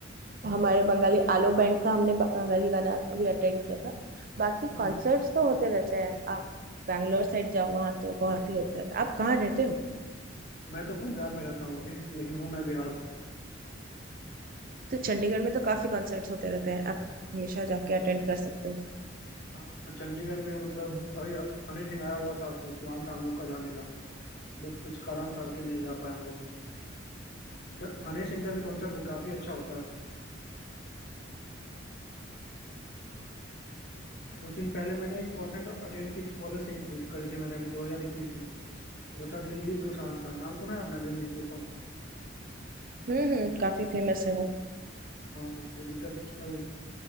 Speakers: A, on the right (about 50°); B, on the left (about 60°).
A: हमारे बंगाली आलो बैंड का हमने बंगाली गाना अभी अटेंड किया था बाकी
B: हम्म
A: कॉन्सर्ट्स तो होते रहते हैं आप बैंगलोर साइड जाओ वहाँ तो बहुत ही होता है आप कहाँ रहते हो
B: मैं तो पंजाब में रहता हूँ अभी लेकिन हूँ मैं बिहार से
A: तो चंडीगढ़ में तो काफी कॉन्सर्ट्स होते रहते हैं आप हमेशा जाके अटेंड कर सकते हो
B: हाँ हाँ चंडीगढ़ में मतलब अभी हनी सिंह आया हुआ था तो प्लान था हम लोग का जाने का बट कुछ कारण था कि नहीं जा पाए हम लोग च- हनी सिंह का भी कॉन्सर्ट वो काफी अच्छा होता है कुछ दिन पहले मैंने एक कॉन्सर्ट अटेंड की थी कॉलेज से ही करी थी, करी थी मैंने अभी 2021 में वो था दिलजीत दोसांझ का नाम सुना है आपने दिलजीत दोसांझ
A: हम्म हम्म काफी फेमस है वो
B: हाँ वो इंटरनेशनल